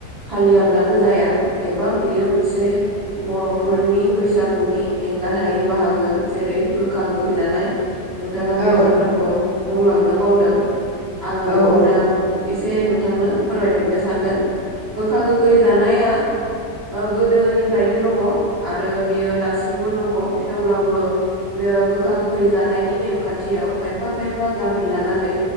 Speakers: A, on the right; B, on the left.
A: फालियाब्लानो जाया एबा बियो मोनसे बर'फोरनि बैसागुनि एंगार हायै बाहागो जेरै गोखा गोखै जानाय नोंथाङा बे
B: औ
A: बाथ्राखौ बुंलांनो बावदों आङो
B: औ
A: बेखौ
B: औ
A: दा एसे नोंथांनो फोरमायफिननो सानदों गोखा गोखै जानाया ओ गोदोनिफ्रायनो दङ आरो बियो दासिमबो दङ थेवब्लाबो बेयो गोखा गोखै जानायनि नेमखान्थियाव खायफा खायफा गामि लानानै